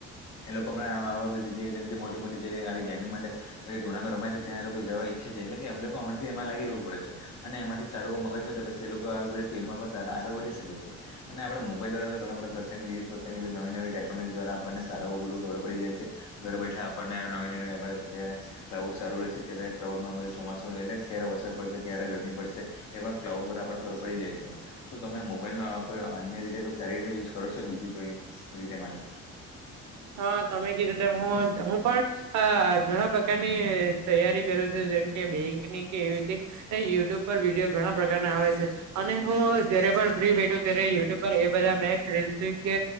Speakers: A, on the left (about 65°); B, on the right (about 65°).
A: એ લોકો પણ બધી જગ્યાએ જેમ, મોટી મોટી આવી ગેમિંગ માટે હ જે ટુર્નામે રમાય છે ત્યા એ લોકો જવા ઈચ્છે છે, એટલે એ લોકો અમાંથી એમાં લાગી રહેવું પડે છે, અને એમાંથી સારુંવ મગજ છે, તો પછી એ લોકોધી ફિલ્ડમાં પણ સા આગળ વધી શકે છે, અને આપણે મોબાઈલ દ્વારા ઘણા બધા પ્રકારની વિવિધ પ્રકારની નવી, નવી ટેકનોલોજી દ્વારા આપણને સારું બધું ખબર પડી જાય છે, ઘર બેઠા આપણને નવી, નવી આપણે અત્યારે ક્લાઉડ સારું રહે છે, કેટલાય ક્લાઉડમાં બધ ચોમાસ એટલે ક્યારે વરદ પડશે ક્યારે ગરમી, પડશે તે પણ ક્લાઉડ બરા ખર પડી જાય છે શ તમે મોબાઈલ કો અન્ય રીતે સારી રીતે યુઝ કરો છો બી કોઈ રીતે? માટે.
B: હા તમે કીધું તેમ હું- હું પણ ઘણા પ્રકારની તૈયારી કરું છું જેમ બેકનીવી ર યુટ્યુબ પર વિડીયો ઘણા પ્રકારના આવે છે અને હું જ પણ ફ બેઠું ત યુટ્યુબ પર એ બધા મે કે